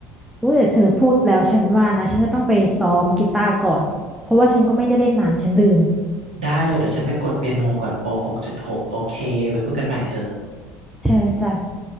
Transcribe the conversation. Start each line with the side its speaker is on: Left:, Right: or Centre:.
Centre: อุ้ยเดี๋ยวเธอพูดแล้วฉันว่านะฉันจะต้องไปซ้อมกีตาร์ก่อนเพราะว่าฉันก็ไม่ได้เล่นนานฉันลืม
Right: ได้เลยเดี๋ยวฉันไปกดเปียโนก่อนโปรหกจุดหกโอเคไว้คุยกันใหม่เธอ
Centre: เธอจ้ะ